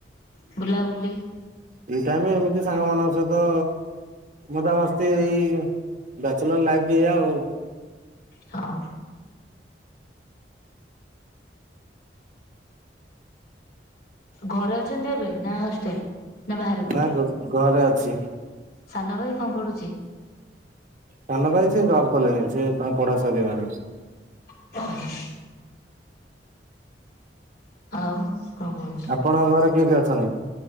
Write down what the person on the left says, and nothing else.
ବୁଲାବୁଲି?
ହଁ ଘରେ ଅଛନ୍ତି ଏବେ ନା ହଷ୍ଟେଲ ବାହାରେ କୋଉଠି?
ସାନ ଭାଇ କଣ ପଡୁଛି
<inaudible> ଆଉ କଣ କୁହନ୍ତୁ